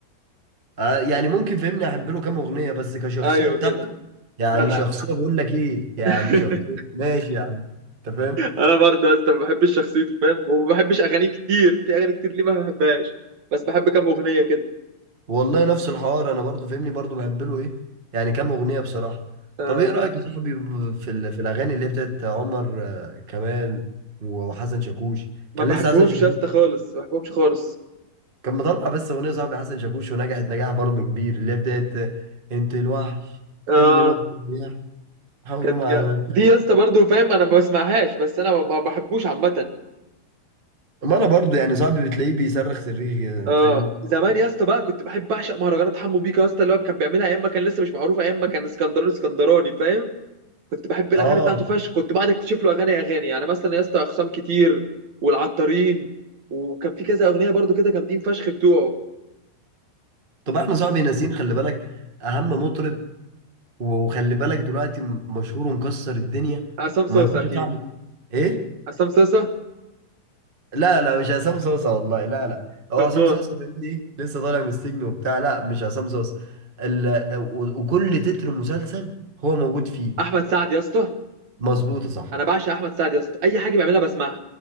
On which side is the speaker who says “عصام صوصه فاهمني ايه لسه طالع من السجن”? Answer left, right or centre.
Right